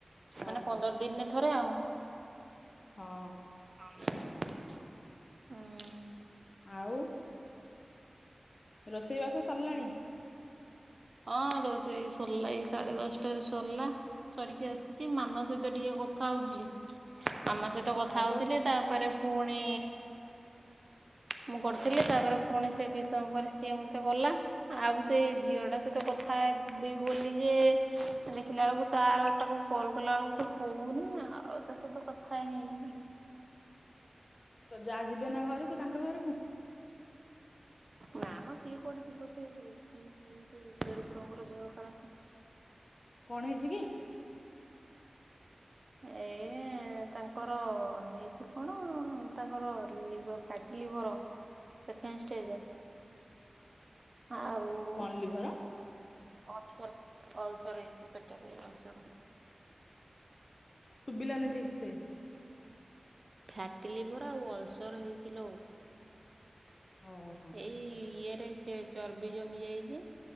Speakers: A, on the right; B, on the left.
A: ମାନେ
B: ଓହୋ
A: ପନ୍ଦର ଦିନରେ ଥରେ ଆଉ।
B: ହଁ।
A: ହୁଁ।
B: ଆଉ ରୋଷେଇ ବାସ ସରିଲାଣି?
A: ହଁ ରୋଷେଇ ସରିଲା ଏଇ ସାଢେ ଦଶଟାରେ ସରିଲା। ସାରିକି ଆସିକି ମାମା ସହିତ ଟିକେ କଥା ହଉଥିଲି। ମାମା ସହିତ କଥା
B: ଆଉ
A: ହଉଥିଲି
B: ତ
A: ତାପରେ ପୁଣି ମୁଁ କରିଥିଲି ତାପରେ ପୁଣି ସେ କିିସି ସମୟ ପରେ ସିଏ ମତେ କଲା। ଆଉ ସେ ଝିଅ ଟା ମୁଁ ତ କଥା ହେବି ବୋଲି ଯେ ଦେଖିଲା ବେଳକୁ ତା ପାଖକୁ କଲ୍ କଲାବେଳ କୁ ହଉନି ଆଉ ତା ସହିତ କଥା ହେଇନି।
B: ତୋ ଯା ଯିବେ ନା ଘରୁକୁ ତାଙ୍କ ଘରୁକୁ।
A: ନା ମ ସିଏ କୁଆଡେ ଯିବ ସେ ଉଁ ସେ ଦେଢଶୁରଙ୍କର ଦେହ ଖରାପେ।
B: କଣ ହେଇଚି କି?
A: ଏ ହେ ତାଙ୍କର ହେଇଚି କଣ ତାଙ୍କର ଲିଭ ଫ୍ୟାଟି ଲିଭର୍। Second stage. ଆଉ
B: କଣ ଲିଭର?
A: ଅସର ଅଲ୍ସର ହେଇଚି ପେଟରେ ଅଲ୍ସର।
B: ଶୁବିଲାନି ଠିକ୍ ସେ।
A: ଫ୍ୟାଟି ଲିଭର ଆଉ ଅଲ୍ସର ହେଇଚି ଲୋ।
B: ଓହୋ
A: ଏଇ ଇଏରେ ଚେ ଚର୍ବି ଜମି ଯାଇଚି